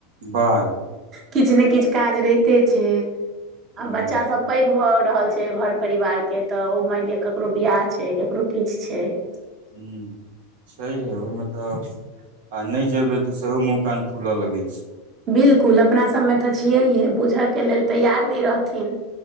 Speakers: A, on the right (about 80°); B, on the right (about 30°).
A: बार बार
B: किछु ने किछ काज रहिते छैय।
A: हूँ
B: आ बच्चा सब पैघ भए रहल छैय घर परिवार के तऽ ओ मानि लिअ ककरो बियाह छैय ककरो किछु छैय।
A: हू छैहे ओहिमे तऽ आ नहि जेबै तऽ सेहो मुँह कान फूलऽ लगैत छैय।
B: बिलकुल अपना सभमे तऽ छियैेहे बुझयके लेल तैयार नहि रहथिन।